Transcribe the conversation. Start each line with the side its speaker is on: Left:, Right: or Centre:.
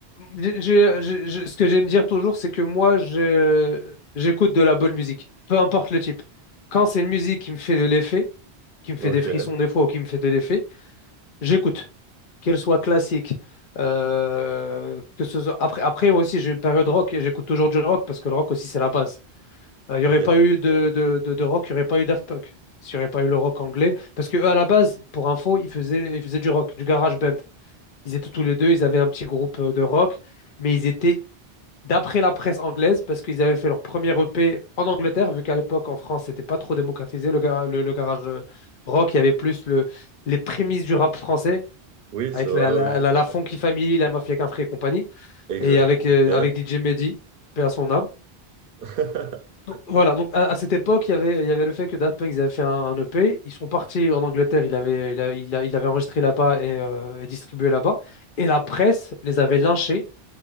Left: J'ai- j'ai- j'ai- ce que j'aime dire toujours, c'est que moi, je- j'écoute de la bonne musique, peu importe le type. Quand c'est une musique qui me fait de l'effet, qui me fait
Right: Ok,
Left: des frissons des fois ou qui me fait de l'effet, j'écoute. Qu'elle soit classique, euh, que ce soit... Après, après, moi aussi, j'ai une période rock et j'écoute toujours du rock parce que le rock aussi, c'est la base. Euh, Il
Right: ok.
Left: n'y aurait pas eu de, de, de, de rock, il n'y aurait pas eu Daft Punk, s'il n'y aurait pas eu le rock anglais. Parce que eux, à la base, pour info, ils faisaient, ils faisaient du rock, du garage band. Ils étaient tous les deux, ils avaient un petit groupe euh, de rock mais ils étaient d'après la presse anglaise, parce qu'ils avaient fait leur premier EP en Angleterre, vu qu'à l'époque en France, c'était pas trop démocratisé, le, gar- le- le garage euh, rock, il y avait plus le, les prémices du rap français,
Right: Oui,
Left: avec
Right: c'est vrai,
Left: la, la,
Right: oui, oui,
Left: la,
Right: tout
Left: la Funky
Right: à fait.
Left: Family, la Mafia Kinfry et compagnie,
Right: Exact,
Left: et avec,
Right: ok.
Left: euh, avec DJ Mehdi, paix à son âme.
Right: <laughs>
Left: Donc, voilà, donc à, à cette époque, il y avait, il y avait le fait que Daft Punk, ils avaient fait un, un EP, ils sont partis en Angleterre, il avait, il a- il a- il avait enregistré là-bas et, euh, et distribué là-bas, et la presse les avait lynchés